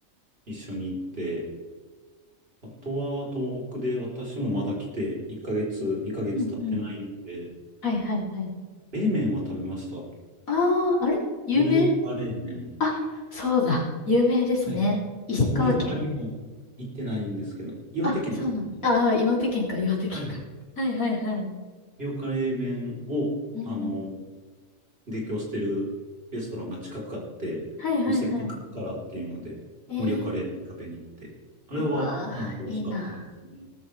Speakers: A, on the right; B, on the left.
A: 一緒に行って、あとは東北で私もまだ来て、1ヶ月、2ヶ月経ってないんで、
B: うんうん。はいはいはい。
A: 冷麺は食べました。
B: ああ、あれ有名
A: 盛岡冷麺。
B: あ、そうだ。有名ですね。
A: はい。
B: 石川県
A: 盛岡にも行ってないんですけど、岩手県ですね。
B: あ、そうなん。ああ、岩手県か、岩手県か。
A: はい。
B: はいはいはい。
A: 盛岡冷麺を、
B: うん。
A: あの提供してるレストランが近くあって、
B: はいはいはい。
A: もうせっかくだからっていうので、
B: えー、
A: 盛岡冷麺食べに行って、あれは、
B: うわー、
A: まあ、美味しかったですね。
B: いいな。